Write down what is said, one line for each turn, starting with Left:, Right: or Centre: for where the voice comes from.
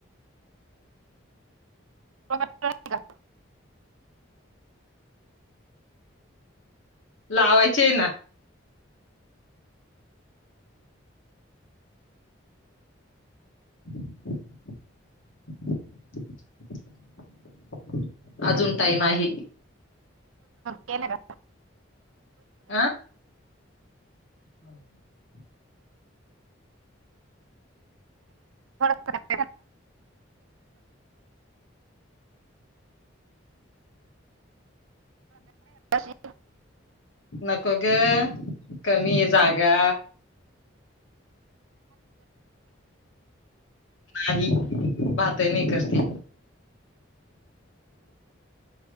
Right: का?
Left: लावायचे आहे ना. <unintelligible> अजून टाईम आहे.
Right: केल का?
Left: आह हम् ह
Right: थोडं थोडं शी
Left: नको ग कमी आहे जागा नाही पाहतही नाही करते